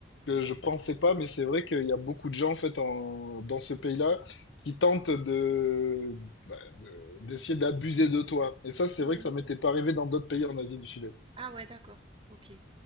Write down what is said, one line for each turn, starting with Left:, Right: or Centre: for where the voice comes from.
Left: que je pensais pas, mais c'est vrai qu'il y a beaucoup de gens en fait en, dans ce pays-là qui tentent de, bah, de- d'essayer d'abuser de toi. Et ça, c'est
Right: Mmh
Left: vrai que ça m'était pas arrivé dans d'autres pays en Asie du Sud-Est.
Right: Ah ouais, d'accord, OK.